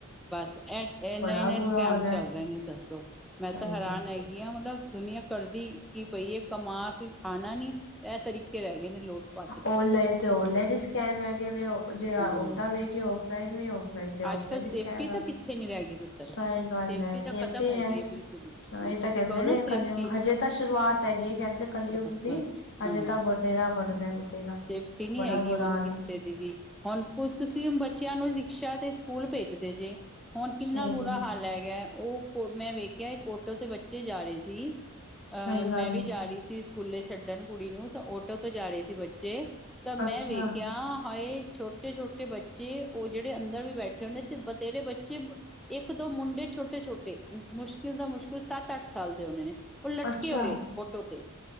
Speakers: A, in the centre; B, on the left.
A: ਬਸ ਇਹ ਇਨੇ
B: ਬੜਾ
A: ਇੰਨੇ
B: ਬੁਰਾ
A: ਸਕੈਮ
B: ਹਾਲ ਹੈ
A: ਚੱਲ ਰਹੇ ਨੇ ਦੱਸੋ
B: ਸਹੀ
A: ਮੈਂ ਤਾਂ ਹੈਰਾਨ
B: ਗੱਲ
A: ਹੈਗੀ ਹ ਹੁਣ ਮਲਬ ਦੁਨੀਆਂ ਕਰਦੀ ਕੀ ਪਈਏ ਕਮਾ ਕੇ ਖਾਣਾ ਨੀ ਇਹ ਤਰੀਕੇ ਰਹਿ ਗਏ ਨੇ ਲੋਟ ਪੱਟ। ਦੇ
B: ਓਨਲਾਈਨ ਤੇ ੳਨਲਾਈਨ ਸਕੈਮ ਹੈਗੇ ਨੇ ਜੇ ਓਦਾਂ
A: ਹਾਂ
B: ਵੀ ਹੈ ਓਫਲਾਈਨ ਵੀ ਹੋ। ਨਹੀਂ ਤੇ ਔਫਲਾਇਨ
A: ਅੱਜ ਕੱਲ੍ਹ
B: ਵੀ
A: ਸੇਫਟੀ
B: ਸਕੈਮ
A: ਤਾਂ
B: ਐ
A: ਕਿੱਥੇ ਨੀ ਰਹਿ ਗਈ ਪੁੱਤਰ
B: ਸਹੀ ਗੱਲ ਐ ਸੇਫਟੀ
A: ਤਾਂ ਖਤਮ ਹੋ
B: ਹੈ
A: ਗਈ ਬਿਲਕੁਲ ਹੀ ਹੁਣ
B: ਇਹ ਤਾ
A: ਤੁਸੀਂ
B: ਕਹਿੰਦੇ
A: ਕਹੋ ਨਾ
B: ਨੇ ਕਲਯੁਗ
A: ਸੇਫਟੀ
B: ਹਜੇ ਤਾ ਸ਼ੁਰੂਆਤ ਹੈਗੀ ਹੈ ਕਹਿੰਦੇ ਕਲਯੁੱਗ
A: ਬਸ
B: ਦੀ।
A: ਬਸ
B: ਹਜੇ
A: ਹਾਂ
B: ਤਾ ਬਥੇਰਾ ਵੜਦੇ ਬਥੇਰਾ
A: ਸੇਫਟੀ ਨਹੀਂ
B: ਬੜਾ
A: ਹੈਗੀ
B: ਬੁਰਾ
A: ਹੁਣ
B: ਹਾਲ
A: ਕਿਤੇ
B: ਹੈ।
A: ਦੀ ਵੀ ਹੁਣ ਤੁਸੀ ਬੱਚਿਆਂ ਨੂੰ ਰਿਕਸ਼ਾ ਤੇ ਸਕੂਲ ਭੇਜਦੇ ਜੇ। ਹੁਣ ਕਿੰਨਾ
B: ਸਹੀ
A: ਬੁਰਾ
B: ਗੱਲ
A: ਹਾਲ ਹੈਗਾ ਉਹ ਕੋ ਮੈਂ ਵੇਖਿਆ ਇੱਕ ਓਟੋ ਤੇ ਬੱਚੇ ਜਾ ਰਹੇ ਸੀ। ਅਹ
B: ਸਹੀ
A: ਮੈਂ
B: ਗੱਲ
A: ਵੀ
B: ਹੈ
A: ਜਾ ਰਹੀ ਸੀ ਸਕੂਲੇ ਛੱਡਣ ਕੁੜੀ ਨੂੰ ਤਾਂ ੳਟੋ ਤੇ ਜਾ ਰਹੇ ਸੀ ਬੱਚੇ। ਤਾ ਮੈਂ
B: ਅੱਛਾ
A: ਵੇਖਿਆ ਹਾਏ ਛੋਟੇ ਛੋਟੇ ਬੱਚੇ ਉਹ ਜਿਹੜੇ ਅੰਦਰ ਵੀ ਬੈਠੇ ਹੋਏ ਨੇ ਤੇ ਬਥੇਰੇ ਬੱਚੇ ਇੱਕ ਦੋ ਮੁੰਡੇ ਛੋਟੇ-ਛੋਟੇ ਮੁਸ਼ਕਿਲ ਤੋਂ ਮੁਸ਼ਕਿਲ ਸੱਤ, ਅੱਠ ਸਾਲ ਦੇ ਹੋਣੇ ਨੇ। ਉਹ ਲੱਟਕੇ
B: ਅੱਛਾ
A: ਹੋਏ ਓਟੋ ਤੇ,